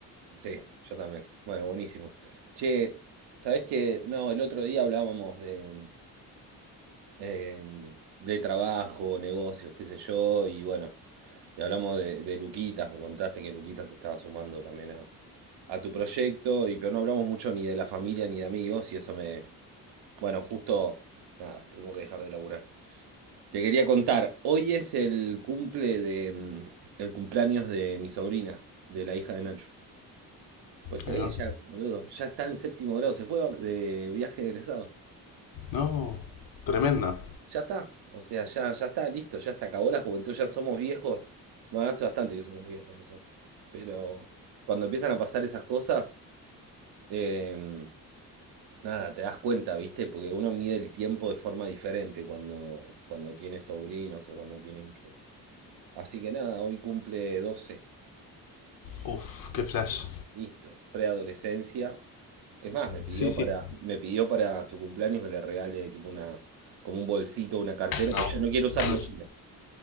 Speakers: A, on the right; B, on the left.
A: Sí, yo también. Bueno, buenísimo. Che, ¿sabés qué? No, el otro día hablábamos de, eh, de trabajo, negocios, qué sé yo, y bueno, y hablamos de, de Luquitas, me contaste que Luquitas estaba sumando también a, a tu proyecto, y pero no hablamos mucho ni de la familia ni de amigos, y eso me, bueno, justo, nada, tuvimos que dejar de laburar. Te quería contar, hoy es el cumple de, mm, el cumpleaños de mi sobrina, de la hija de Nacho. ¿Puedes creer?
B: Ahí va.
A: Ya, boludo, ya está en séptimo grado, se fue vac- de viaje de egresado.
B: No, tremendo.
A: Ya está, o sea, ya, ya está, listo, ya se acabó la juventud, ya somos viejos. Bueno, hace bastante que somos viejos nosotros. Pero cuando empiezan a pasar esas cosas, eh, nada, te das cuenta, ¿viste? Porque uno mide el tiempo de forma diferente cuando, cuando tiene sobrinos o cuando tiene hijos. Así que nada, hoy cumple 12.
B: Uf, qué flash.
A: Listo, preadolescencia. Es más, me pidió
B: Sí, sí.
A: para, me pidió para su cumpleaños que le regale tipo una, como un bolsito, una cartera,
B: No,
A: porque
B: no
A: yo no quiero usar mochila.
B: ves.